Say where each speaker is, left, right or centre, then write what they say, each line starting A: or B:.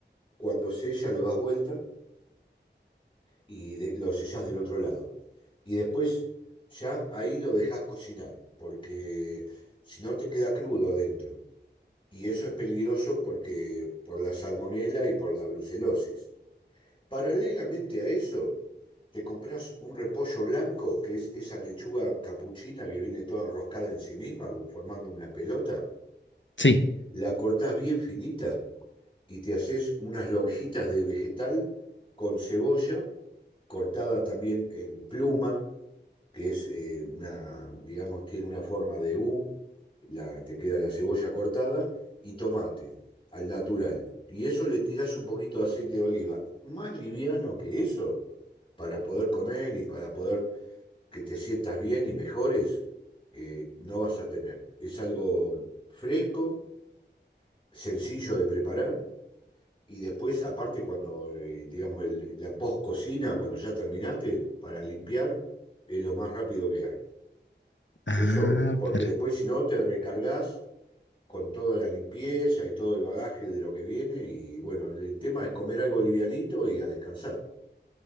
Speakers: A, on the left; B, on the left.
A: cuando sella lo das vuelta y de- lo sellás del otro lado. Y después ya ahí lo dejás cocinar, porque si no te queda crudo adentro. Y eso es peligroso porque por la salmonela y por la brucelosis. Paralelamente a eso, te compras un repollo blanco, que es esa lechuga capuchina que viene toda enroscada en sí misma, como formando una pelota.
B: sí.
A: La cortás bien finita y te haces unas lonjitas de vegetal con cebolla cortada también en pluma, que es eh, una, digamos, tiene una forma de U, la, te queda la cebolla cortada y tomate al natural. Y eso le tirás un poquito de aceite de oliva, más liviano que eso, para poder comer y para poder que te sientas bien y mejores, eh, no vas a tener. Es algo fresco, sencillo de preparar. Y después, aparte, cuando, eh, digamos, el- la post-cocina, cuando ya terminaste, para limpiar, es lo más rápido que hay.
B: Ah,
A: Eso, porque
B: pero...
A: después si no te recargas con toda la limpieza y todo el bagaje de lo que viene y bueno, el, el tema es comer algo livianito y a descansar.